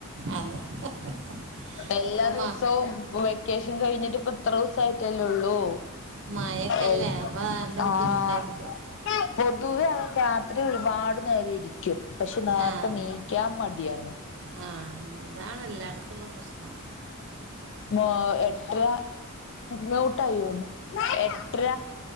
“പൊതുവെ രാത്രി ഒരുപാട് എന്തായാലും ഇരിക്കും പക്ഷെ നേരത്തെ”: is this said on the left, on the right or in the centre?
Left